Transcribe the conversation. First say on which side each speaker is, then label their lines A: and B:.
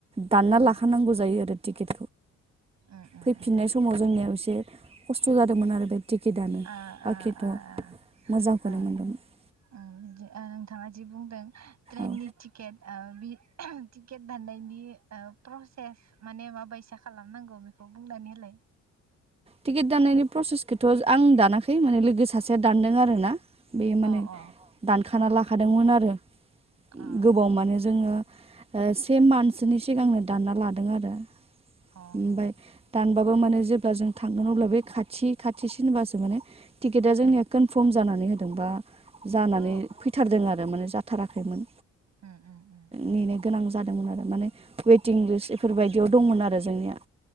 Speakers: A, on the right (about 20°); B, on the right (about 65°).
A: दानना
B: उम
A: लाखानांगौ जायो आरो। टिकेट।
B: उम उम
A: फैफिननाय
B: उम
A: समाव जोंनियाव एसे खस्थ जादोंमोन आरो बे टिकेटआनो
B: आ
A: बाखिथ'
B: आ आ आ
A: मोजांखौनो
B: आ
A: मोनदोंमोन
B: उम बिदि आं बिथाङा जि बुंदों ट्रेननि
A: औ
B: टिकेट आ बि आहोम टिकेट दान्नायनि ओ प्र सेस माने माबैसा खालामनांगौ बेखौ बुंनानै होलाय।
A: टिकेट दाननायनि प्रसेसखौथ आं दानाखै माने लोगो सासेया दानदों आर ना। बे माने
B: अ अ
A: दानखाना लाखादोंमोन आरो
B: अ
A: गोबाव माने जोङो ओ से मान्थसोनि सिगांनो दानना लादों आरो।
B: अ
A: ओमफ्राय दानबाबो माने जेब्ला जों थांगोन अब्ला बे खाथि खाथिसिनबासो माने टिकेटआ जोंनिया
B: उम
A: कनफार्म जानानै होदों बा जानानै
B: औ
A: फैथारदों आरो माने जाथाराखैमोन।
B: उम उम उम
A: नेनो गोनां जादोंमोन आरो। माने वेटिं लिस्ट बेफोरबायदियाव दंमोन आरो जोंनिया।